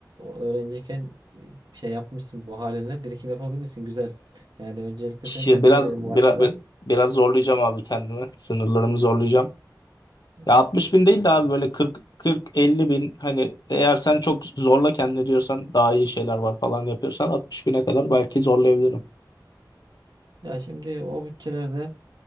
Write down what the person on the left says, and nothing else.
Ya
Biraz,
biraz
biraz zorlayacağım abi kendimi. Sınırlarımı zorlayacağım.
Ya 60 bin değil
de abi böyle 40 40-50 bin hani eğer sen çok zorla kendini diyorsan daha iyi şeyler var falan yapıyorsan 60 bine kadar belki zorlayabilirim.